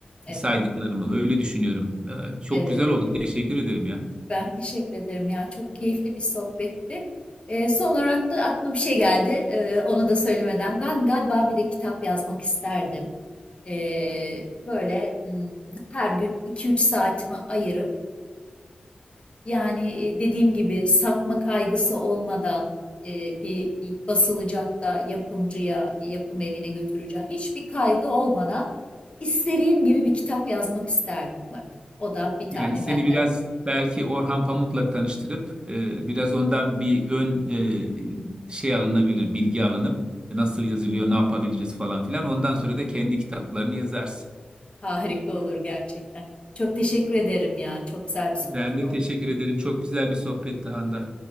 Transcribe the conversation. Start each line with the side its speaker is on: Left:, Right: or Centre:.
Left: Evet,
Right: saydıklarımı. Öyle düşünüyorum. E, çok
Left: evet.
Right: güzel oldu.
Left: evet.
Right: Teşekkür ederim ya.
Left: Ben teşekkür ederim ya. Çok keyifli bir sohbetti. Ee, son olarak da aklıma bir şey geldi. Ee, onu da söylemeden. Ben galiba bir de kitap yazmak isterdim. Ee, böyle hmm, her gün iki üç saatimi ayırıp Yani e, dediğim gibi satma kaygısı olmadan e, bir basılacak da yapımcıya, yapım evine götüreceğim. Hiçbir kaygı olmadan istediğim gibi bir kitap yazmak isterdim. Bak, o da bir tane
Right: Yani seni
Left: benden.
Right: biraz belki Orhan Pamuk'la tanıştırıp e, biraz ondan bir ön e, şey alınabilir, bilgi alınıp nasıl yazılıyor, ne yapabiliriz falan filan. Ondan sonra da kendi kitaplarını yazarsın.
Left: Harika olur gerçekten. Çok teşekkür ederim ya. Çok güzel bir sohbet
Right: Ben de
Left: oldu.
Right: teşekkür ederim. Çok güzel bir sohbetti Handan.